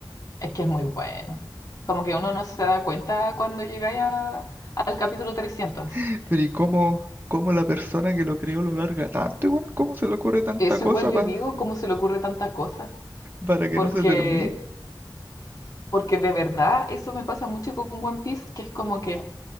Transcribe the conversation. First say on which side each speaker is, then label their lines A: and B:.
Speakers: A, on the left; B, on the right.
A: Es que es muy bueno. Como que uno no se da cuenta cuando llegáis a- al capítulo 300.
B: <laughs>
A: así.
B: Pero ¿y cómo, cómo la persona que lo creó lo larga tanto igual? ¿Cómo se le ocurre tanta
A: Eso
B: cosa
A: igual yo
B: pa-
A: digo, ¿cómo se le ocurre tanta cosa?
B: para que
A: Porque,
B: no se termine?
A: porque de verdad eso me pasa mucho con One Piece, que es como que